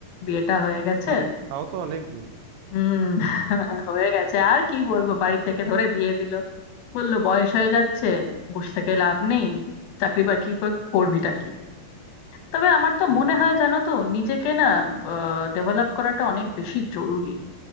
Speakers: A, on the left; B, on the right.
A: বিয়েটা হয়ে গেছে
B: বাহ তাও তো অনেক দিন
A: হুম <laughs> হয়ে গেছে আর কি বলবো বাড়ি থেকে ধরে দিয়ে দিল বললো বয়স হয়ে যাচ্ছে বসে থেকে লাভ নেই চাকরি বাকরি কর- করবিটা কি তবে আমার তো
B: হুম
A: মনে হয় জানো তো নিজেকে না ডেভেলপ করাটা অনেক বেশি জরুরি